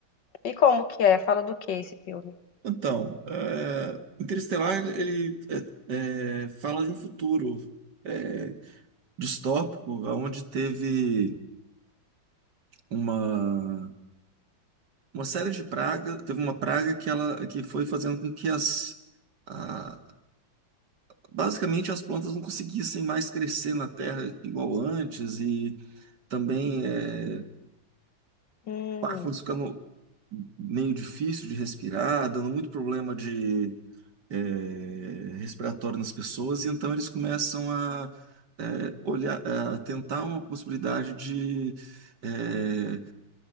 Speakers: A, on the left; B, on the right.
A: E como que é? Fala do que esse filme?
B: Então, é, Interestelar, ele é, é, fala de um futuro é, distópico, onde teve uma, uma série de pragas, teve uma praga que ela que foi fazendo com que as a- basicamente as plantas não conseguissem mais crescer na terra igual antes e também é,
A: Hum.
B: o ar foi ficando meio difícil de respirar, dando muito problema de é, respiratório nas pessoas, e então eles começam a é, olhar, a tentar uma possibilidade de é,